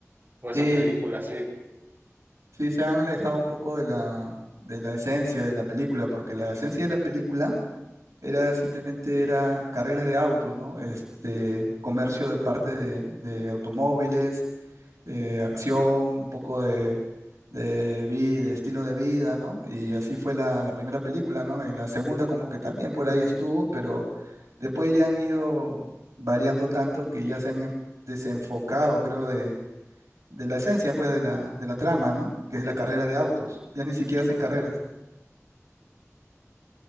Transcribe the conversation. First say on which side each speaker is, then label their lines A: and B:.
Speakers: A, on the right (about 40°); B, on the right (about 75°).
A: o esa
B: Sí,
A: película así.
B: sí, se han alejado un poco de la, de la esencia de la película, porque la esencia de la película Era simplemente era carreras de autos, ¿no? Este, comercio de parte de, de automóviles, eh, acción, un poco de, de, vi- de estilo de vida, ¿no? Y así fue la, la primera película, ¿no? Y la segunda como que también por ahí estuvo, pero después ya han ido variando tanto que ya se han enf- desenfocado, creo, de, de la esencia, pues, de la, de la trama, ¿no? Que es la carrera de autos. Ya ni siquiera hacen carreras.